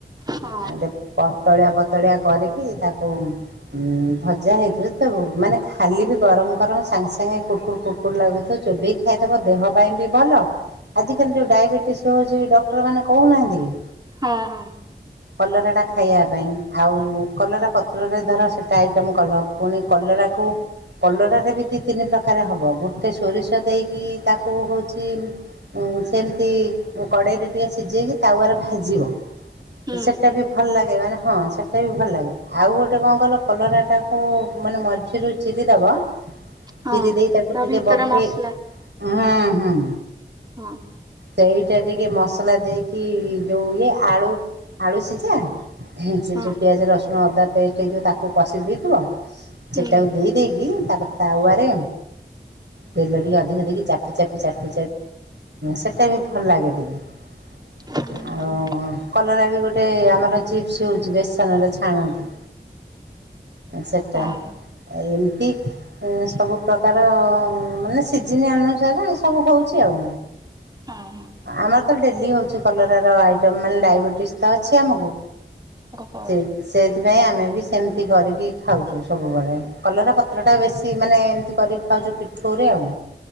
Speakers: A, on the right; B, on the right.
A: ହଁ
B: ଆଉ ପ ପତଳିଆ ପତଳିଆ କରିକି ତାକୁ ଉଁ ଭଜା ହେଇଥିବ, ତ ମାନେ ଖାଲି ବି ଗରମ୍ ଗରମ୍ ସାଙ୍ଗେ ସାଙ୍ଗେ କୁଡ୍ କୁଡ୍ କୁଡ୍ କୁଡ୍ କୁଡ଼୍ ଲାଗୁଥିବ, ଚୋବେଇକି ଖାଇଦବ, ଦେହ ପାଇଁ ବି ଭଲ ଆଜିକାଲି ଯୋଉ ଡାଇବେଟିସ୍ ର ଯୋଉ ଡକ୍ଟର ମାନେ କହୁନାହାନ୍ତି କି
A: ହଁ ହଁ।
B: କଲରା ଟା ଖାଇବା ପାଇଁ, ଆଉ କଲରା ପତ୍ ପତ୍ରରେ ଧର ସେଇଟା ଆଇଟମ୍ କଲ, ପୁଣି କଲରାକୁ କଲରାରେ ବି ଦିଇ ତିନି ପ୍ରକାର ହବ, ଗୋଟେ ସୋରିଷ ଦେଇକି ତାକୁ ହଉଚି ସେମିତି କଡ଼େଇରେ ଟିକେ ସିଝେଇକି ତାୱାରେ ଭାଜିବ,
A: ହୁଁ
B: ସେଇଟା ବି ଭଲ ଲାଗେ, ମାନେ ହଁ, ସେଇଟା ବି ଭଲ ଲାଗେ, ଆଉ ଗୋଟେ କଣ କହିଲ କଲରାଟାକୁ ମାନେ ମଝି ରୁ ଚିରି ଦବ,
A: ହଁ
B: ଚିରି ଦେଇ ତାକୁ
A: ତା
B: ଟିକେ
A: ଭିତରେ
B: ବମ୍ପେଇ
A: ମସଲା
B: ହଁ ହଁ ହଁ।
A: ହଁ।
B: ସେଇଟା ଟିକେ ମସଲା ଦେଇକି ଯୋଉ ଇଏ ଆଳୁ ଆଳୁ ସିଝା। ସେ
A: ହଁ
B: ଯୋଉ ପିଆଜ ରସୁଣ ଅଦା ପେଷ୍ଟ ହେଇଥିବ ତାକୁ କଷି ଦେଇଥିବ। ସେଇଟାକୁ
A: ହୁଁ
B: ଦେଇ ଦେଇକି ତାପରେ ତାୱାରେ ତେଲ ରେ ଟିକେ ଅଧିକ ଦେଇକି ଚାପି ଚାପି ଚାପି ଚାପି ସେଇଟା ବି ଭଲ ଲାଗେ ଟିକେ।
A: ହଁ
B: ଆଉ କଲରା ବି ଗୋଟେ ଗୋଟ ଆମର ଚିପ୍ସ ହଉଛି ବେସନ ରେ ଛାଣନ୍ତି। ସେଟା
A: ହଁ
B: ଏମିତି ସବୁ ପ୍ରକାର ମାନେ ସିଜିନ୍ ଅନୁସାରେ ଏ ସବୁ ହଉଛି ଆଉ।
A: ହଁ
B: ଆମର ଡେଲି ହଉଛି କଲରାର ଆଇଟମ ମାନେ ଡାଇବେଟିସ୍ ତ ଅଛି ଆମକୁ।
A: ଓହୋ
B: ସେ ସେଇଥିପାଇଁ ଆମେ ବି ସେମିତି କରିକି ଖାଉଛୁ ସବୁବେଳେ କଲରା ପତ୍ରଟା ବେଶୀ ମାନେ ଏମିତି କରି ଖାଉଚୁ ପିଠଉ ରେ ଆଉ।